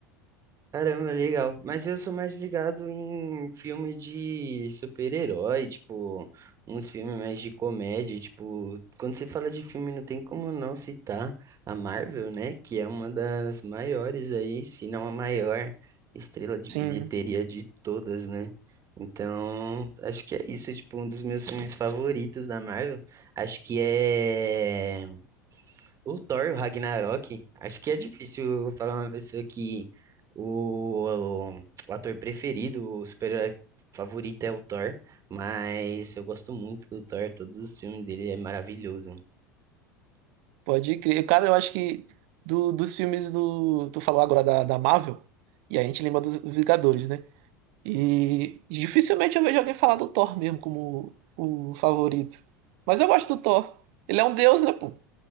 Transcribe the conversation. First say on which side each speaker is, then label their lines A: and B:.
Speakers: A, on the right; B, on the right.
A: Caramba, legal. Mas eu sou mais ligado em filme de super-herói, tipo, uns filmes mais de comédia, tipo, quando você fala de filme não tem como não citar a Marvel, né? Que é uma das maiores aí, se não a maior estrela de
B: Sim,
A: bilheteria de todas, né? Então, acho que é isso, tipo, um dos meus filmes favoritos da Marvel. Acho que é o Thor, e o Ragnarok, acho que é difícil eu falar uma pessoa que o, o, o ator preferido, o super-herói favorito é o Thor, mas eu gosto muito do Thor, todos os filmes dele é maravilhoso,
B: pode crer. Cara, eu acho que do- dos filmes do. Tu falou agora da, da Marvel, e a gente lembra dos Vingadores, né? E dificilmente eu vejo alguém falar do Thor mesmo como o favorito. Mas eu gosto do Thor. Ele é um deus, né, pô?